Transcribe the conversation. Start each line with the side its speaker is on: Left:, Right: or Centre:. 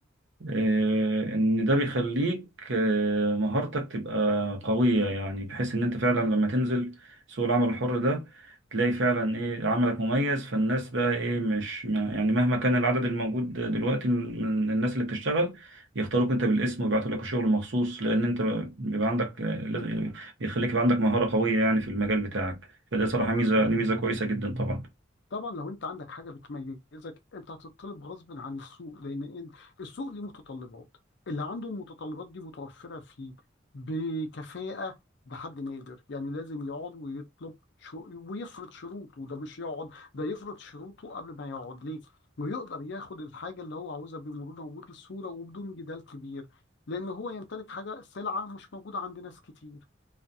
Right: آه، ان ده بيخليك آه، مهارتك تبقى قوية يعني بحيث ان انت فعلا لما تنزل سوق العمل الحر ده تلاقي فعلا ايه عملك مميز فالناس بقى ايه مش ما- يعني مهما كان العدد الموجود دلوقتي من الناس اللي بتشتغل يختاروك انت بالاسم ويبعتوا لك الشغل مخصوص لان انت بيبقى عندك آه، لازم- بيخليك يبقى عندك مهارة قوية يعني في المجال بتاعك فده صراحة
Left: طبعا
Right: ميزة دي ميزة كويسة جدا طبعا
Left: طبعا لو انت عندك حاجه بتميزك انت هتطلب غصب عن السوق لان ان- السوق ليه متطلبات اللي عنده المتطلبات دي متوفره فيه بكفاءه بحد نادر يعني لازم يقعد ويطلب شو ويفرض شروطه ده مش يقعد ده يفرض شروطه قبل ما يقعد ليه ويقدر ياخد الحاجه اللي هو عاوزها بمرونه وبسهوله وبدون جدال كبير لان هو يمتلك حاجه سلعه مش موجوده عند ناس كتير